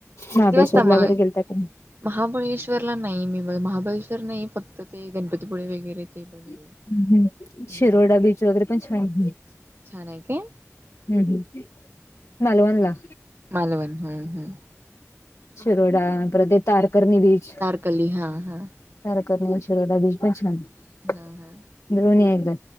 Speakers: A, on the left; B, on the right.
A: महाबळेश्वरला
B: किती वाजता मग?
A: वगैरे गेलता की
B: महाबळेश्वरला नाही मी महाबळेश्वर नाही फक्त ते गणपतीपुळे वगैरे ते बघितले
A: हम्म
B: हम्म
A: शिरोडा बीच वगैरे पण छान हम्म
B: छान आहे काय
A: हम्म मालवण ला.
B: मालवण हम्म हम्म.
A: शिरोडा परत ते तारकरर्णी बीच.
B: कली हां हां.
A: तारकर्ली शिरोडा बीज पण छान आहे.
B: हां हां.
A: द्रोणी आहे एकदा.